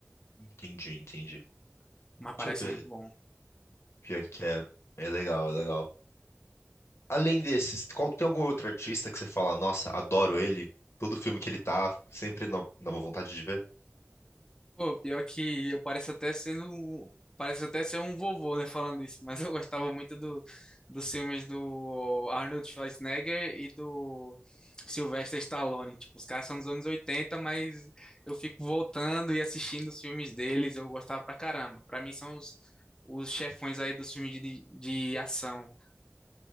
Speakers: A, on the left; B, on the left.
A: Entendi, entendi.
B: Mas
A: Deixa
B: parece
A: eu ver.
B: muito bom.
A: Pior que é. É legal, é legal. Além desses, qual- tem algum outro artista que você fala, nossa, adoro ele? Todo filme que ele tá, sempre no- dá uma vontade de ver.
B: Pô, pior que eu pareço até sendo, um- pareço até ser um vovô, né, falando isso, mas eu gostava muito do, dos filmes do Arnold Schwarzenegger e do Sylvester Stallone. Tipo, os caras são dos anos 80 mas eu fico voltando e assistindo os filmes deles, eu gostava pra caramba. Pra mim são os, os chefões aí dos filmes de, de ação.